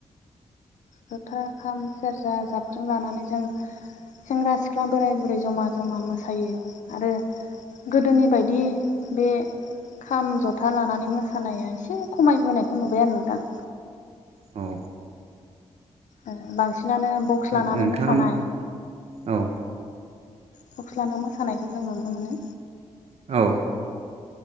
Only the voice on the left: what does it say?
जथा, खाम, सेरजा, जाबख्रि लानानै जों सेंग्रा सिख्ला बोराय बुरै जमा जमा मोसायो आरो गोदोनि बायदि बे खाम जथा लानानै मोसानाया एसे खमायबोनायखौ नुबाय आरो नोंथां।
ओ बांसिनानो बक्स लानानै
मोसानाय
बक्स लाना मोसानायखौ जों नुनो मोनो।